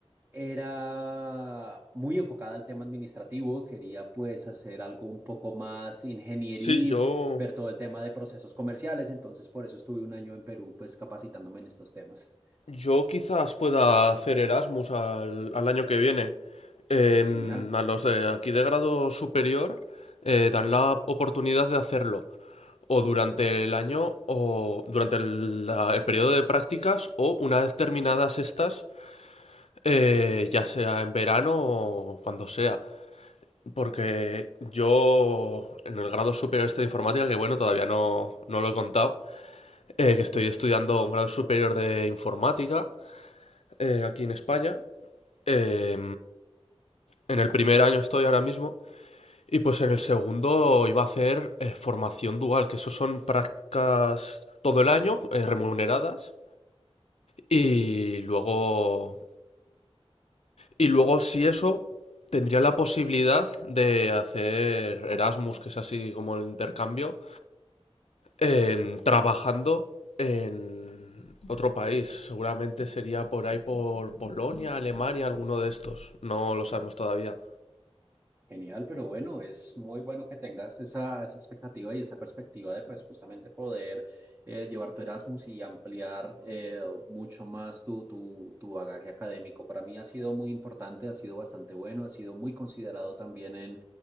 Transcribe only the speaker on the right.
era muy enfocada al tema administrativo, quería pues hacer algo un poco más ingenieril,
ver todo el tema de procesos comerciales, entonces por eso estuve un año en Perú pues capacitándome en estos temas.
Genial.
Genial, pero bueno, es muy bueno que tengas esa, esa expectativa y esa perspectiva de pues justamente poder eh, llevar tu Erasmus y ampliar eh, mucho más tu, tu, tu bagaje académico. Para mí ha sido muy importante, ha sido bastante bueno, ha sido muy considerado también en,